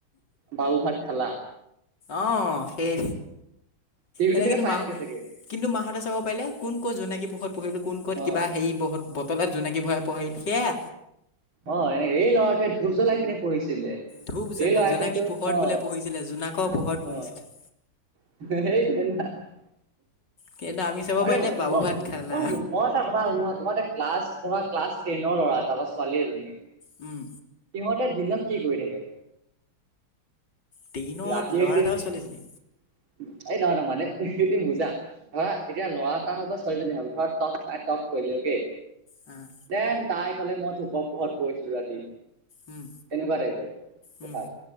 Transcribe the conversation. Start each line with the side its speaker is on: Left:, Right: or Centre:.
Right: বাবু ভাত খালা।
Left: আহ সেই,
Right: টিভিটো
Left: এনে
Right: চাগে
Left: কিন্তু
Right: চাই
Left: মাঁ-
Right: থাকে চাগে
Left: কিন্তু মাহঁতে চাব পাৰিলে কোন ক'ত জোনাকী পোহত পঢ়িলে, কোন ক'ত
Right: অ
Left: কিবা হৰি বটলত জোনাকী- ৰাতি ভৰাই পঢ়িল সেয়া।
Right: অঁ, এই ল'ৰাটোৱে ধূপ জ্বলাই পিনে পঢ়িছিলে।
Left: ধূপ জ্বলাই,
Right: এই ল'ৰাটোৱেতো
Left: জোনাকীৰ পোহৰত
Right: অ
Left: বোলে পঢ়িছিলে, জোনাকৰ পোহৰত
Right: অ
Left: পঢ়িছিলে।
Right: <unintelligible>
Left: কিন্তু আমি চাব
Right: আৰে
Left: পাৰিলে
Right: ম,
Left: বাবু
Right: মই
Left: ভাত খালা
Right: এটা কথা সুধোঁ বা! তোমাৰ দে- ক্লাছ ধৰা, ক্লাছ টেনৰ ল'ৰা তাৰৰা ছোৱালী এজনী-
Left: উম।
Right: সিহঁতে দিনত কি কৰি থাকে?
Left: ট্ৰেইনৰ
Right: ৰাতিয়ে
Left: ল'ৰা
Right: যি
Left: এটা
Right: এই
Left: বা ছোৱালীজনী
Right: নহয়, ন মানে <unintelligible> বুজা। ধৰা এতিয়া ল'ৰা এটা হওক বা ছোৱালীজনী হওক ধৰা টপ আ টপ কৰিলোকে।
Left: অ'।
Right: দেন তাই ক'লে মই ধোপৰ পোহৰত পঢ়িছিলো ৰাতি।
Left: উম
Right: তেনেকুৱা টাইপৰ
Left: উম
Right: কথা।